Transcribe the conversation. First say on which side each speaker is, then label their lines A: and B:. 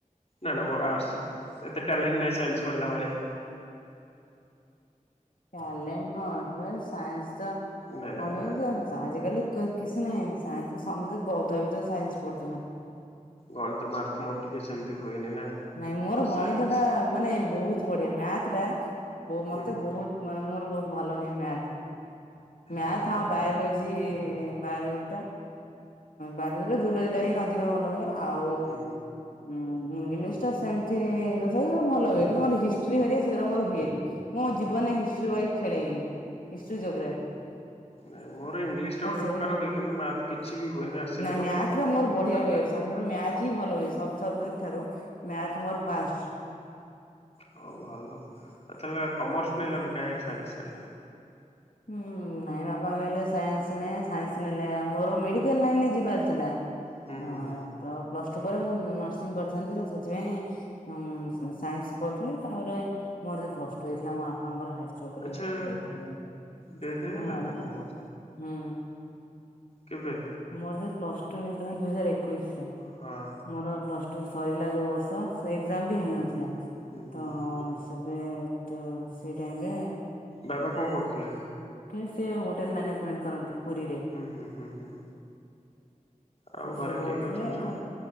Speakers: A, on the left; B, on the left.
A: ନା ନା ମୋର ଆର୍ଟସ ସେତେ ଟ୍ୟାଲେଣ୍ଟେ
B: ହଁ।
A: ନାହିଁ ସାଇନ୍ସି ପଢ଼ିଲା ଭଳିଆ।
B: ଟ୍ୟାଲେଣ୍ଟ କଣ ଦରକାରେ ସାଇନ୍ସି ତ
A: ନା ନା
B: ପଡେଇଚି।
A: ନା ନା
B: ଆଜିକାଲି କ କିଛି ନାହିଁ ସାଇନ୍ସି ସମସ୍ତେ ଗଧ ବିତ ସାଇନ୍ସି ପଢୁଛନ୍ତି।
A: ଗଣିତ ମାର୍ଥ ମୋର ଟିକେ ସେମିତି ହୁଏନି ନା।
B: ନାଇଁ ମୋର ଗଣିତ
A: ସାଇନ୍ସ
B: ଟା ମାନେ ବହୁତ୍ ବଢିଆ ମ୍ୟାଥ ଟା
A: ହୁଁ
B: ମତେ ବହୁତ୍ ମାନେ ମୋର ବହୁତ ଭଲ ହୁଏ ମ୍ୟାଥ ମ୍ୟାଥ
A: ନା ନା
B: ଆଉ ବାୟୋଲୋଜି। ଜି ବାୟୋଲୋଜୀ ଟା ବାୟୋଲୋଜୀ ଜୁଲୋଜି ଟା ହିଁ ଅଧିକ ଭଲ ହୁଏ ଆଉ। ଆଉ ଉଁ
A: ହୁଁ
B: ଇଂଙ୍ଗିଲିଶ୍। ତସେମିତି ତଥାପି ଭଲ ହୁଏ କିନ୍ତୁ ମୋର ହିଷ୍ଟ୍ରି ହେରିକା ଶେଗୁରା ମୋର ହୁଏନି। ମୁଁ ଜୀବନରେ
A: ହୁଁ
B: ହିଷ୍ଟ୍ରି ବହି ଖେଳେଇନେହିଁ ହିଷ୍ଟ୍ରି ଯୋଗ୍ରାଫି।
A: ନାଇଁ ମୋର ଇଂଲିଶ ଟା ଗୋଟେ
B: ସେଇ
A: ପ୍ରକାର ହୁଏ କିନ୍ତୁ ମ୍ୟାଥ କିଛି ବି ହୁଏନି ଆସେନି
B: ନା
A: ତ
B: ମ୍ୟାଥ
A: ମତେ ଆଉ।
B: ରେ ବଢିଆ ହୁଏ ମୋର ମ୍ୟାଥ ହିଁ ଭଲ ହୁଏ ସବୁ ସବଜେକ୍ଟେ ଠାରୁ ମ୍ୟାଥ ମୋର ଫାଷ୍ଟେ।
A: ହଉ ଭଲ ଆଉ ତାଲେ କମର୍ସ ନେଲନି କାହିଁ ଆଉ ସାଇନ୍ସ ନେଲ?
B: ହୁଁ। ନାଇଁ ବାପା କହିଲେ ସାଇନ୍ସି ନେଇଯା ସାଇନ୍ସି ନେଲେ ମୋର ମେଡିକାଲ ଲାଇନ ଯିବାର ଥିଲା।
A: ହୁଁ
B: ଅ
A: ହୁଁ ହୁଁ।
B: ତ ପ୍ଲସ୍ ଟୁ ପରେ ମୁଁ ନର୍ସିଂଙ୍ଗି କରିଥାନ୍ତି ତ ସେଥିପାଇଁ ହୁଁ ସାଇନ୍ସି କରୁଥିଲି ତାପରେ ମୋରେ ପ୍ଲସ ଟୁ ହେଇଥିଲା ମୋ ବାପାଙ୍କର ହାର୍ଟ ଚୋକ
A: ଆଚ୍ଛା
B: ରେ ଡେଥ ହେଇଗଲା।
A: ଡେଥ୍
B: ସେଥିପାଇଁ
A: ହେଇଗଲା
B: ଆଉ
A: ନା କଣ କହୁଛ
B: ହୁଁ।
A: କେବେ?
B: ମୋର ଯେବେ ପ୍ଲସ୍ ଟୁ ହେଇଥିଲା ମାନେ ଦୁଇ ହଜାରେ ଏକୋଇଶି ରେ।
A: ହଁ।
B: ମୋର ପ୍ଲସ୍ ଟୁ ସରିଲା ଯୋଉ ବର୍ଷ ଏକ୍ଜାମ
A: ହୁଁ
B: ବି ହେଇନଥିଲା
A: ହୁଁ ହୁଁ
B: ତ
A: ହୁଁ
B: ସେବେଟୁ ସେ ଟାଇମ ରେ
A: ବାବା କଣ କରୁଥିଲେ?
B: କେ ସେ ହୋଟେଲେ ମ୍ୟାନେଜେମେଣ୍ଟେ କରନ୍ତି ପୁରୀରେ।
A: ହୁଁ ହୁଁ ହୁଁ ହୁଁ। ଆଉ
B: ସିଏ
A: ଘରେ
B: ସେଇଠି
A: କିଏ
B: ରହୁଥିଲେ
A: କିଏ ଅଛନ୍ତି ସବୁ?
B: ତା